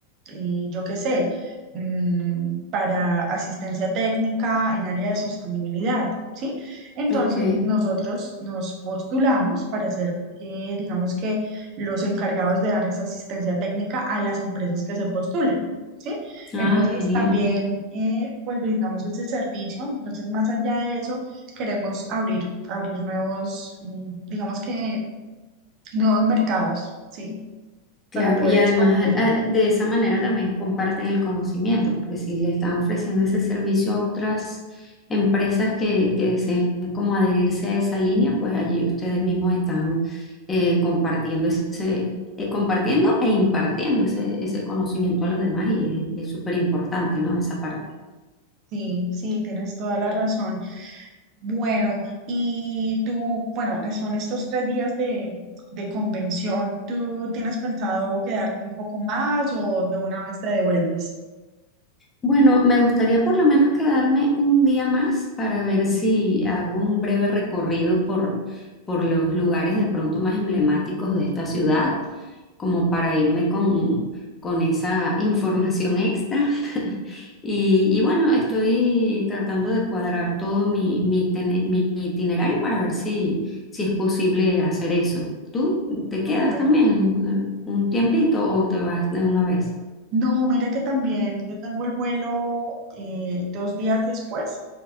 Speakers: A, on the right; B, on the left.
A: eh, yo qué sé, mm, para asistencia técnica en área de sostenibilidad, ¿sí? Entonces,
B: Ok.
A: nosotros nos postulamos para ser, eh, digamos que, los encargados de dar esa asistencia técnica a las empresas que se postulen. ¿Sí?
B: Ah,
A: Entonces
B: genial.
A: también eh, pues brindamos ese servicio. Entonces, más allá de eso, queremos abrir, abrir nuevos, mm, digamos que nuevos mercados, ¿sí?
B: Claro,
A: Para poder
B: y
A: expandirnos.
B: además a- a- de esa manera también comparten el conocimiento, porque si le están ofreciendo ese servicio a otras empresas que, que deseen como adherirse a esa línea, pues allí ustedes mismos están eh, compartiendo ese, eh, compartiendo e impartiendo ese, ese conocimiento a los demás y es súper importante, ¿no? Esa parte.
A: Sí, sí, tienes toda la razón. Bueno, y tú, bueno, eh, son estos tres días de, de convención. ¿Tú tienes pensado quedarte un poco más o de una vez te devuelves?
B: Bueno, me gustaría por lo menos quedarme un día más para ver si hago un breve recorrido por, por los lugares de pronto más emblemáticos de esta ciudad, como para irme con, con esa información extra. <laughs> Y, y bueno, estoy tratando de cuadrar todo mi, mi, tene- mi itinerario para ver si, si es posible hacer eso. ¿Tú te quedas
A: Súper.
B: también eh, un tiempito o te vas de una vez?
A: No, mira que también yo tengo el vuelo eh, dos días después